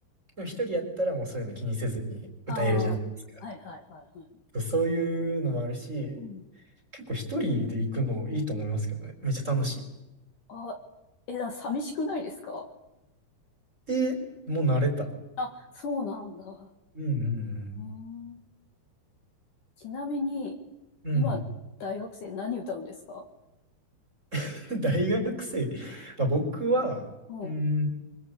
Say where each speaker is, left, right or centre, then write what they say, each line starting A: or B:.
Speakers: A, on the right (about 15°); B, on the left (about 55°).
A: も一人やったらもうそういうの気にせずに歌えるじゃないですか。
B: うんああ、はいはいはいはい。
A: そうそういうのもあるし、
B: うん
A: 結構一人で行くのいいと思いますけどね。めっちゃ楽しい。
B: あ、え、な寂しくないですか
A: で、もう慣れた。
B: あ、そうなんだ。
A: うんう
B: へえ
A: ん
B: ちなみに、
A: うん。
B: 今、
A: うん。
B: 大学生何歌うんですか
A: <laughs> 大学生。まあ、僕は、
B: うん。
A: うん、